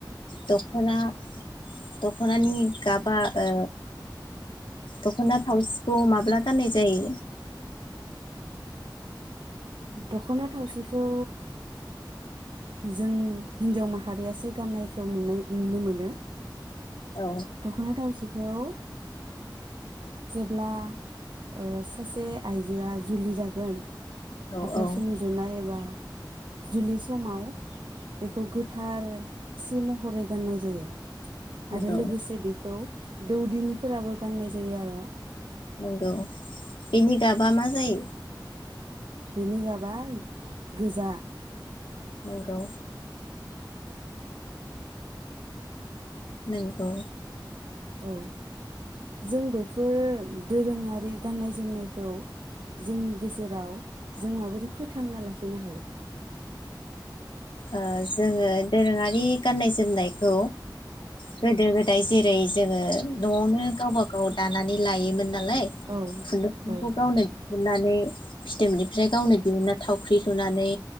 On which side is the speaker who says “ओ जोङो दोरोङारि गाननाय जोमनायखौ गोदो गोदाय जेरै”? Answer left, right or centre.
Left